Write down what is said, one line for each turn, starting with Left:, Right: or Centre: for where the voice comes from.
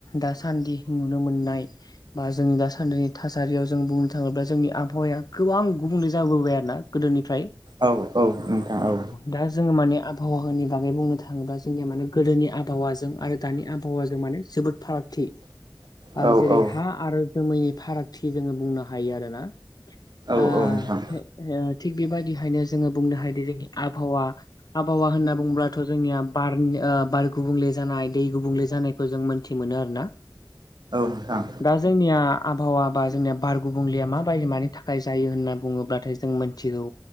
Left: दासान्दि नुनो मोननाय बा जोंनि दासान्दिनि थासारियाव जों बुंनो थाङोब्ला जोंनि आबहावाया गोबां गुबुंले जाबोबाय आरो ना गोदोनिफ्राय
Right: औ औ, नोंथां औ।
Left: दा जोङो माने आब हावानि बागै बुंनो थाङोब्ला जोंनिया माने गोदोनि आबहावाजों आरो दानि आबहावाजों माने जोबोद फारागथि।
Right: <unintelligible>
Left: आ जेरै
Right: औ
Left: हा आरो जोमैनि फारागथि जोङो बुंनो हायो आरो ना।
Right: औ
Left: ओ
Right: औ नोंथां
Left: थे-हे-थिग बेबायदिहायनो जोङो बुंनो हायोदि जोंनि आबहावा आबहावा होनना बुङोब्लाथ' जोंनिया बार्न ओ बार गुबुंले जानाय दै गुबुंले जानायखौ जों मोन्थि मोनो आरो ना।
Right: औ, नोंथां।
Left: दा जोंनिया आबहावा बा जोंनिया बार गुबुंलिया माबायदि मानि थाखाय जायो होनना बुङोब्लाथाय जों मोन थिगौ